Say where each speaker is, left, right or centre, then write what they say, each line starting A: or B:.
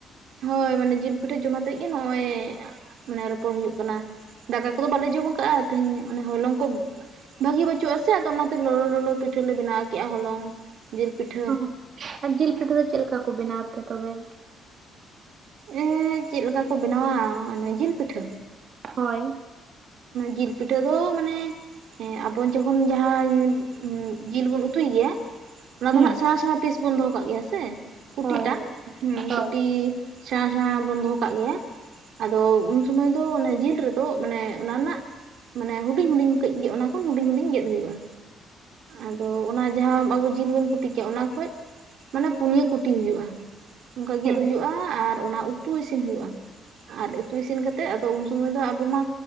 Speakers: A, on the right; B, on the right.
A: ᱦᱚᱭ ᱢᱟᱱᱮ ᱡᱤᱞ ᱯᱤᱴᱷᱟᱹ ᱡᱚᱢ ᱟᱛᱮᱫ ᱜᱮ ᱱᱚᱜᱼᱚᱭ ᱢᱟᱱᱮ ᱨᱚᱯᱚᱲ ᱦᱳᱭᱳᱜ ᱠᱟᱱᱟ, ᱫᱟᱠᱟ ᱠᱚᱫᱚ ᱵᱟᱞᱮ ᱡᱚᱢ ᱟᱠᱟᱟᱜᱼᱟ, ᱛᱮᱦᱤᱧ ᱚᱱᱮ ᱦᱚᱞᱚᱝ ᱠᱚ᱾ ᱵᱷᱟᱜᱤ ᱵᱟᱹᱪᱩᱜ ᱟᱥᱮ, ᱟᱫᱚ ᱚᱱᱟᱛᱮ ᱞᱚᱞ ᱞᱚᱞᱚ ᱯᱤᱴᱷᱟᱹ ᱞᱮ ᱵᱮᱱᱟᱣ ᱠᱮᱫᱼᱟ, ᱦᱚᱞᱚᱝ ᱡᱤᱞ ᱯᱤᱴᱷᱟᱹ᱾
B: ᱚ, ᱟᱨ ᱡᱤᱞ ᱯᱤᱴᱷᱟᱹ ᱫᱚ ᱪᱮᱫ ᱞᱮᱠᱟ ᱠᱚ ᱵᱮᱱᱟᱣ ᱛᱮ ᱛᱚᱵᱮ?
A: ᱮᱸ ᱪᱮᱫ ᱞᱮᱠᱟ ᱠᱚ ᱵᱮᱱᱟᱣᱟ, ᱚᱱᱮ ᱡᱤᱞ ᱯᱤᱴᱷᱟᱹ᱾
B: ᱦᱳᱭ᱾
A: ᱡᱤᱞ ᱯᱤᱴᱷᱟᱹ ᱫᱚ ᱢᱟᱱᱮ ᱦᱮᱸ ᱟᱵᱚ ᱡᱚᱠᱷᱚᱱ ᱡᱟᱦᱟᱸ, ᱡᱤᱞ ᱵᱚᱱ ᱩᱛᱩᱭ ᱜᱮᱭᱟ᱾ ᱚᱱᱟ
B: ᱦᱮᱸ
A: ᱫᱚ ᱦᱟᱜ ᱥᱮᱬᱟ ᱥᱮᱬᱟ ᱯᱤᱥ ᱵᱚᱱ ᱫᱚᱦᱚ ᱠᱟᱜ ᱜᱮᱭᱟ ᱥᱮ ᱠᱩᱴᱤᱴᱟᱜ
B: ᱦᱳᱭ ᱦᱳᱭ
A: ᱦᱩᱸ
B: ᱦᱳᱭ
A: ᱠᱩᱴᱤ ᱥᱮᱬᱟ ᱥᱮᱬᱟ ᱵᱚᱱ ᱫᱚᱦᱚ ᱠᱟᱜ ᱜᱮᱭᱟ ᱟᱫᱚ ᱩᱱ ᱥᱩᱢᱟᱹᱭ ᱫᱚ ᱚᱱᱮ ᱡᱤᱞ ᱨᱮᱫᱚ ᱢᱟᱱᱮ ᱚᱱᱟ ᱨᱮᱱᱟᱜ ᱢᱟᱱᱮ ᱦᱩᱰᱤᱧ ᱦᱩᱰᱤᱧ ᱠᱟᱹᱡ ᱜᱮ ᱚᱱᱟ ᱠᱷᱚᱱ ᱦᱩᱰᱤᱧ ᱦᱩᱰᱤᱧ ᱜᱮᱫ ᱦᱩᱭᱩᱜᱼᱟ᱾ ᱟᱫᱚ ᱚᱱᱟ ᱡᱟᱦᱟᱸ ᱟᱵᱚ ᱡᱤᱞ ᱵᱚᱱ ᱠᱩᱴᱤ ᱠᱮᱜᱼᱟ ᱚᱱᱟ ᱠᱷᱚᱡ ᱢᱟᱱᱮ ᱯᱩᱱᱭᱟᱹ ᱠᱩᱴᱤ ᱦᱩᱭᱩᱜᱼᱟ ᱚᱱᱠᱟ ᱜᱮᱫ
B: ᱦᱮᱸ
A: ᱦᱩᱭᱩᱜᱼᱟ ᱟᱨ ᱚᱱᱟ ᱩᱛᱩ ᱤᱥᱤᱱ ᱦᱩᱭᱩᱜᱼᱟ᱾ ᱟᱨ ᱩᱛᱩ ᱤᱥᱤᱱ ᱠᱟᱛᱮᱫ ᱟᱫᱚ ᱩᱱ ᱥᱚᱢᱚᱭ ᱫᱚ ᱟᱵᱚ ᱢᱟ